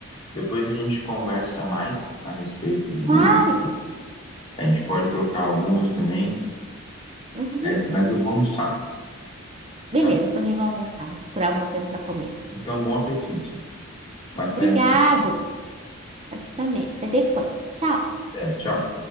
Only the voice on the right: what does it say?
claro.
Uhum.
Beleza,
eu também vou almoçar. Vou procurar alguma coisa para comer.
Obrigado.
Pra ti também. Até depois. Tchau.